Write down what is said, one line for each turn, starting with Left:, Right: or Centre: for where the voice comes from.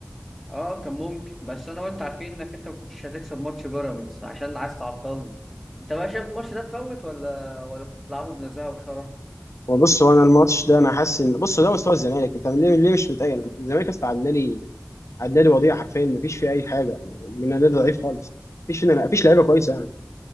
Centre: اه كان ممكن بس انا وانت عارفين انك انت ما كنتش هتكسب ماتش بيراميدز عشان عايز تعطلني انت بقى شايف الماتش ده تفوت ولا ولا بتلعبه بنزاهه وشرف
Left: هو بص هو انا الماتش ده انا حاسس ان بص ده مستوى الزمالك انت ليه ليه مش متأيل الزمالك اصلا عدى لي عدى لي وضيع حرفيا مفيش فيه اي حاجه يعني من نادي ضعيف خالص مفيش فينا مفيش لعيبه كويسه يعني